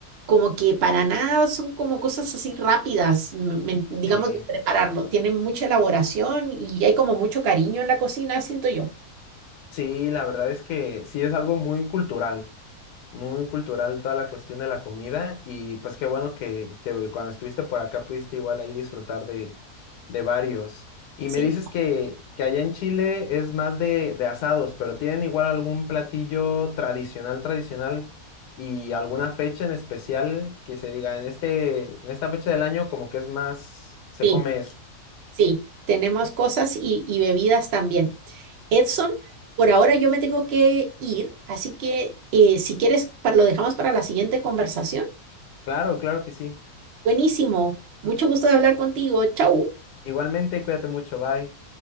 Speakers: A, on the right; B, on the left.
A: como que para nada son como cosas así rápidas, mm, me- digamos,
B: Sí,
A: de prepararlo. Tienen mucha elaboración y hay como mucho cariño en la cocina, siento yo.
B: sí, la verdad es que sí es algo muy cultural, muy cultural toda la cuestión de la comida y pues qué bueno que, que cuando estuviste por acá pudiste igual ahí disfrutar de, de varios. Y
A: ¿sí?
B: me dices que, que allá en Chile es más de, de asados, pero ¿tienen igual algún platillo tradicional, tradicional y alguna fecha en especial que se diga en este, en esta fecha del año como que es más, se
A: Sí,
B: come esto?
A: sí, tenemos cosas y, y bebidas también. Edson, por ahora yo me tengo que ir, así que eh, si quieres, pa- lo dejamos para la siguiente conversación.
B: Claro, claro que sí.
A: Buenísimo, mucho gusto de hablar contigo. Chau.
B: Igualmente, cuídate mucho, bye.